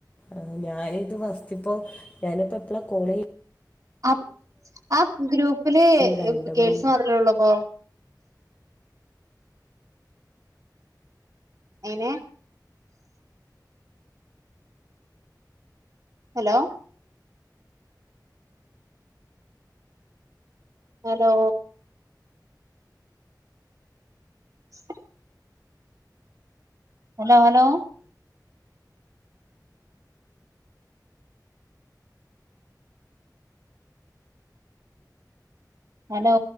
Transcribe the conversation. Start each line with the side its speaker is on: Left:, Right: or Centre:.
Left: ആ ഞാന ഇത് ഫസ്റ്റ്പ്പോ ഞാനിപ്പോ എപ്പളാ കോളയ്.
Right: ആ ആ ഗ്രൂപ്പില്
Left: ഒരു രണ്ട്
Right: ഗേൾസ്
Left: മണി
Right: മാത്രമേ ഉള്ളൂപ്പോ. ഏനെ. Hello. Hello. <unintelligible> Hello hello. Hello.